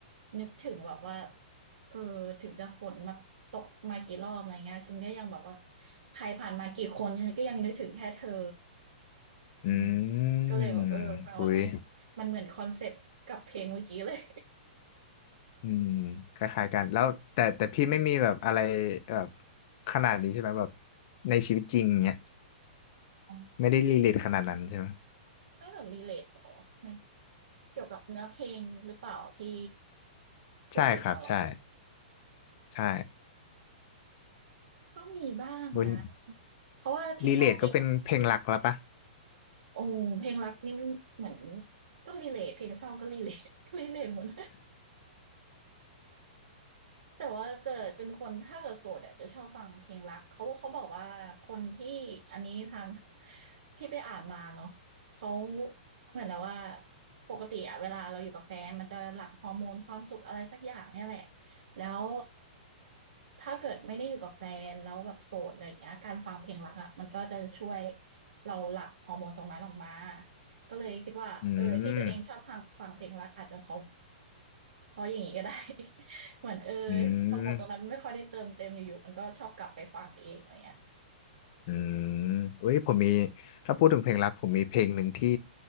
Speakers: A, on the right (about 70°); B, on the left (about 45°).
A: นึกถึงแบบว่าเออถึงจะฝนมาตกมากี่รอบอะไรเงี้ยฉันก็ยังแบบว่าใครผ่านมากี่คนฉันก็ยังนึกถึงแค่เธอ
B: อื
A: อืมก็เลยแบบเออฟังแล้วไม่
B: มอุ้ย
A: มันเหมือนคอนเซปต์กับเพลงเมื่อกี้เลย
B: อืมคล้ายๆกันแล้วแต่แต่พี่ไม่มีแบบอะไรแบบขนาดนี้ใช่ไหมแบบในชีวิตจริงเนี้ย
A: <laughs> อ๋อ
B: ไม่ได้รีเลทขนาดนั้นใช่ไหม
A: ไม่เหมือนรีเลทหรอในเกี่ยวกับเนื้อเพลงหรือเปล่าที่พูดถึงอะเหรอ
B: ใช่ครับใช่ใช่
A: ก็มีบ้างนะ
B: บน
A: เพราะว่าที่ชอบเพลง
B: รีเลทก็เป็นเพลงหลักแล้วปะ
A: โอ้เพลงรักนี่มันเหมือนก็ relate เพลงเศร้าก็ relate ก็ relate หมด แต่ว่าเจะเป็นคนถ้าเกิดโสดอ่ะจะชอบฟังเพลงรักเขาเขาบอกว่าคนที่อันนี้ทางที่ไปอ่านมาเนาะเขาเหมือนนะว่าปกติอ่ะเวลาเราอยู่กับแฟนมันจะหลั่งฮอร์โมนความสุขอะไรสักอย่างเนี่ยแหละแล้วถ้าเกิดไม่ได้อยู่กับแฟนแล้วแบบโสดอะไรอย่างเงี้ยการฟังเพลงรักอ่ะมันก็จะช่วยเราหลั่งฮอร์โมนตรงนั้นออกมาก็เลยคิดว่าเออที่ตัวเองชอบฟังฟังเพลงรักอาจจะเพราะ
B: <laughs> อืม
A: เขาอย่างนี้ก็ได้ <laughs> เหมือนเออ
B: อื
A: โปรโมทตรงนั้นมันไม่ค่อยได้เติมเต็มอยู่ๆมันก็ชอบกลับไปฟังเองอะไรเงี้ย
B: ม อืมอุ้ยผมมีถ้าพูดถึงเพลงรักผมมีเพลงหนึ่งที่